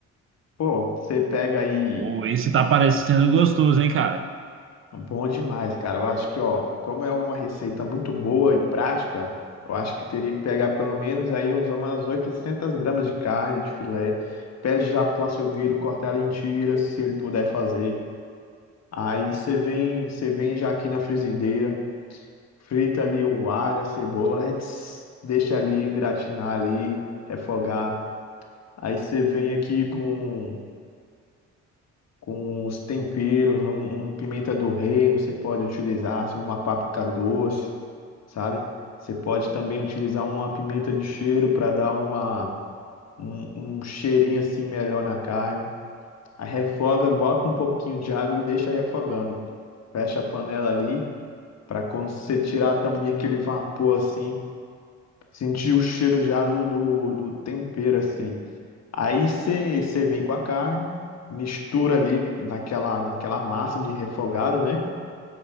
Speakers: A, on the left; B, on the right.
A: Pô, você pega aí
B: Ou esse tá parecendo gostoso, hein, cara?
A: Bom demais, cara. Eu acho que, ó, como é uma receita muito boa e prática, eu acho que teria que pegar pelo menos aí uns umas 800 gramas de carne de filé. Pede já pro açougueiro cortar ela em tiras, se ele puder fazer. Aí você vem, você vem já aqui na frigideira, frita ali o alho, a cebola, <laughs> ets, deixa ali gratinar ali, refogar. Aí você vem aqui
B: Hum.
A: com com os temperos, um, um pimenta do reino, você pode utilizar, assim, uma páprica doce. sabe? Você pode também utilizar uma pimenta de cheiro para dar uma, um, um cheirinho assim melhor na carne. Aí refoga, bota um pouquinho de água e deixa refogando. Fecha a panela ali para quando você tirar a tampinha, aquele vapor assim, sentir o cheiro já do, do, do tempero assim. Aí você você vem com a carne, mistura ali naquela, naquela massa de refogado, né?